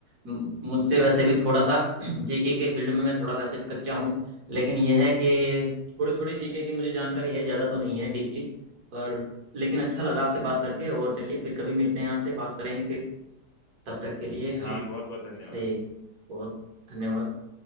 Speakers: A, on the right; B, on the left.
A: म- मुझसे वैसे भी थोड़ा सा <clears throat> जीके के फील्ड में मैं थोड़ा वैसे भी कच्चा हूँ लेकिन यह है कि थोड़ी थोड़ी जीके की मुझे जानकारी है ज़्यादा तो नहीं है डीपली पर लेकिन अच्छा लगा आपसे बात करके और चलिए फिर कभी मिलते हैं आपसे बात करेंगे फिर तब तक के लिए आप
B: जी बहुत बहुत धन्यवाद
A: से बहुत धन्यवाद